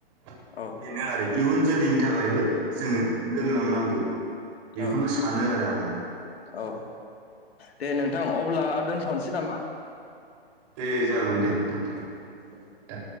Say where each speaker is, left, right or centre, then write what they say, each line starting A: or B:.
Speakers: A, on the right; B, on the left.
A: <unintelligible>
B: औ
A: इयुन जोलैनि थाखायबो जोङो
B: उम
A: दोनलांनांगौ बेखौनो
B: औ
A: सानो आरो आङो।
B: औ दे नोंथां अब्ला दोनथ'नोसै नामा?
A: दे जागोन दे दोनथ' दे दे।